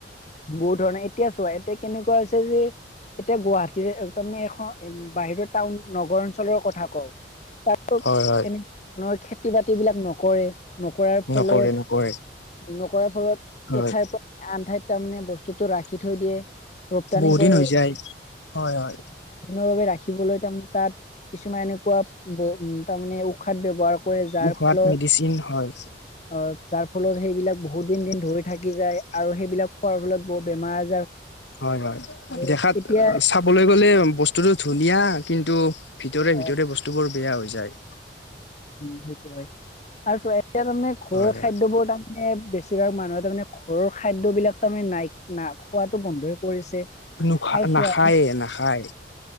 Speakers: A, on the left; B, on the left.
A: বহুত ধৰণে এতিয়া চোৱা এতিয়া কেনেকুৱা হৈছে যে এতিয়া গুৱাহাটীৰ তাৰমানে এখন বাহিৰৰ টাউন নগৰ অঞ্চলৰ কথা কওঁ। তাতো
B: হয় হয়
A: এনে। নৰ খেতি বাতি বিলাক নকৰে। নকৰাৰ ফলত।
B: নকৰে নকৰে
A: নকৰে। ঘৰত
B: হয়
A: এঠাইৰ পৰা আনঠাইত। তাৰ মানে বস্তুটো ৰাখি থৈ দিয়ে। ৰপ্তানি
B: বহু
A: কৰে
B: দিন হৈ যায় হয়, হয়।
A: বহু দিনৰ বাবে ৰাখিবলৈ তাৰ মানে তাত কিছুমান এনেকুৱা বহু উ তাৰ মানে। উশাদ ব্যবহাৰ কৰে যাৰ
B: ঔষধ
A: ফলত
B: মেডিচিন হয়
A: অ'। তাৰ ফলত সেই। বিলাক বহুত দিন, দিন ধৰি থাকি যায় আৰু সেইবিলাক খোৱাৰ ফলত বহুত বেমাৰ।
B: হয়, হয়
A: উম,
B: দেখাত
A: এতিয়া
B: চাবলৈ গ'লে বস্তুটো ধুনীয়া। কিন্তু। ভিতৰে,
A: অ
B: ভিতৰে বস্তুবোৰ বেয়া হৈ যায়।
A: উম সেইটো হয় আৰু চোৱাই। এতিয়া তাৰমানে ঘৰৰ
B: হয় হয়
A: খাদ্যবোৰ তাৰমানে বেছি। যিবিলাক মানুহে তাৰমানে ঘৰৰ খাদ্যবিলাক তাৰ মানে নাই না। খোৱাটো বন্ধই কৰিছে
B: নোখা
A: আৰু চোৱা।
B: নাখায়ে নাখায়